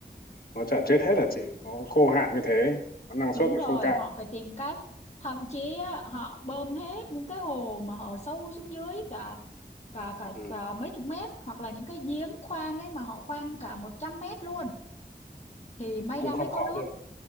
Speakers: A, on the left; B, on the left.
A: nó chả chết hết hả chị nó khô hạn như thế nó năng suất
B: đúng
A: lại
B: rồi
A: không cao
B: họ phải tìm cách thậm chí á, họ bơm hết những cái hồ mà họ sâu xuống dưới cả cả cả,
A: ừ.
B: cả mấy chục mét hoặc là những cái giếng khoan ấy mà họ khoan cả 100 mét luôn thì may
A: cũng
B: ra
A: không
B: mới có
A: có
B: nước
A: nhưng